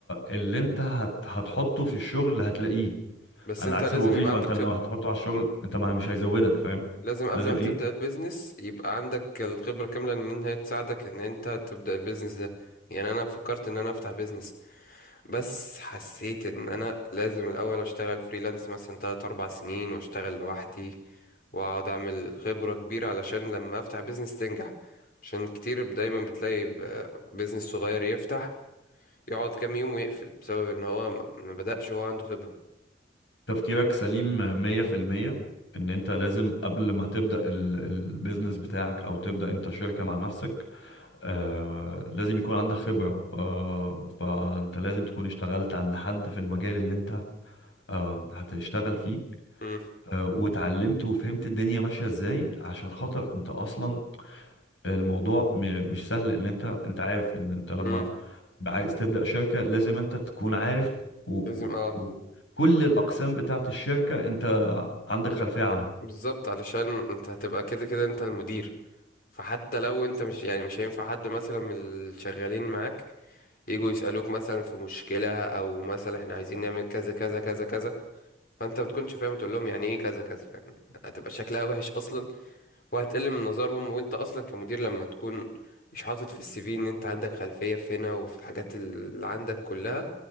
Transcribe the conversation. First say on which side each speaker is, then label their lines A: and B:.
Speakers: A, on the left; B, on the left.
A: اللي انت هت هتحطه في الشغل هتلاقيه
B: بس
A: على
B: انت
A: عكس
B: لازم
A: الوظيفة
B: يبقى عندك
A: انت لو
B: خبرة
A: هتحطه على الشغل انت ما مش هيزودك فاهم
B: لازم قبل
A: لازم
B: ما تبدأ
A: ايه
B: البيزنس يبقى عندك الخبرة كاملة ان هي تساعدك ان انت تبدأ البيزنس ده يعني انا فكرت ان انا افتح بيزنس بس حسيت ان انا لازم الاول اشتغل فريلانس مثلا 3 4 سنين واشتغل لوحدي واقعد اعمل خبرة كبيرة علشان لما افتح بيزنس تنجح عشان كتير دايما بتلاقي ب- بيزنس صغير يفتح يقعد كام يوم ويقفل بسبب ان هو ما ما بدأش وهو عنده خبرة
A: تفكيرك سليم مية في المية ان انت لازم قبل ما تبدأ ال- البيزنس بتاعك او تبدأ انت شركة مع نفسك آه لازم يكون عندك خبرة آه فانت لازم تكون اشتغلت عند حد في المجال اللي انت آه هتشتغل فيه
B: مم.
A: آه واتعلمت وفهمت الدنيا ماشية ازاي عشان خاطر انت اصلا الموضوع م- مش سهل ان انت انت عارف ان انت لما
B: مم.
A: عايز تبدأ شركة لازم انت تكون عارف و... و...
B: لازم اه
A: و... كل الأقسام بتاعت الشركة انت عندك خلفية عنها
B: بالظبط علشان انت هتبقى كده كده انت المدير فحتى لو انت مش يعني مش هينفع حد مثلا من الشغالين معاك يجوا يسألوك مثلا في مشكلة او مثلا احنا عايزين نعمل كذا كذا كذا كذا فانت ما تكونش فاهم تقول لهم يعني ايه كذا كذا فاهم هتبقى شكلها وحش اصلا وهتقل من نظرهم وانت اصلا كمدير لما تكون مش حاطط في السي في ان انت عندك خلفية في هنا وفي الحاجات اللي عندك كلها